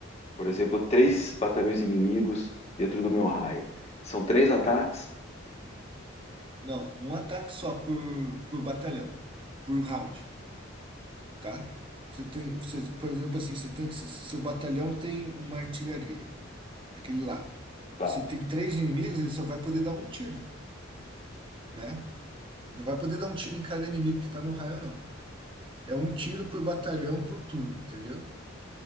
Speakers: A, on the left; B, on the right.
A: por exemplo, três batalhões inimigos dentro do meu raio, são três ataques?
B: Não, um ataque só por, por batalhão, por round. tá? Você tem, você, por exemplo, assim, você tem que, seu batalhão tem uma artilharia, aquele lá.
A: Tá.
B: Você tem três inimigos, ele só vai poder dar um tiro, né? Não vai poder dar um tiro em cada inimigo que tá no raio, não. É um tiro por batalhão por turno, entendeu?